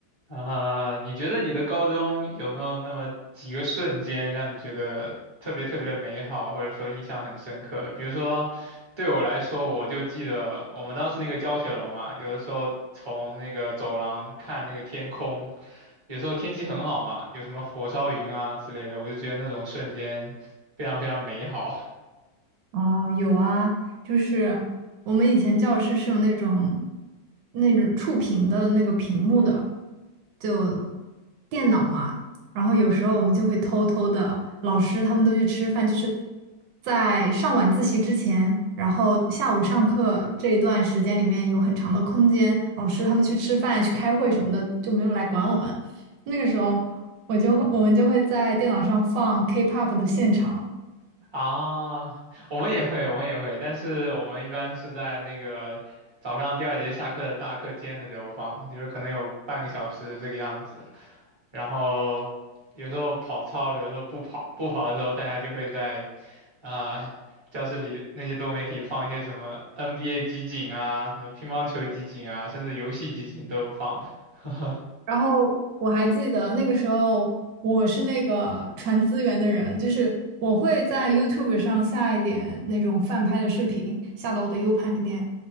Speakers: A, on the right; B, on the right.
A: 啊，你觉得你的高中有没有那么几个瞬间让你觉得特别特别的美好，或者说印象很深刻？比如说，对我来说，我就记得我们当时那个教学楼嘛，有的时候从那个走廊看那个天空，有时候天气很好嘛，有什么火烧云啊之类的，我就觉得那种瞬间非常非常美好。
B: 哦，有啊，就是我们以前教室是有那种那种触屏的那个屏幕的，就电脑嘛。然后有时候我们就会偷偷的，老师他们都去吃饭，就是在上晚自习之前，然后下午上课这一段时间里面有很长的空间，老师他们去吃饭、去开会什么的，就没有来管我们。那个时候，我就会我们就会在电脑上放 K-pop 的现场。
A: 啊，我们也会，我们也会，但是我们一般是在那个早上第二节下课的大课间的时候放，就是可能有半个小时这个样子。然后有时候跑操，有时候不跑，不跑的时候大家就会在啊、呃教室里那些多媒体放一些什么 NBA 集锦啊，什么乒乓球集锦啊，甚至游戏集锦都有放的。<laughs>
B: 然后我还记得那个时候，我是那个传资源的人，就是我会在 YouTube 上下一点那种翻拍的视频，下到我的 U 盘里面，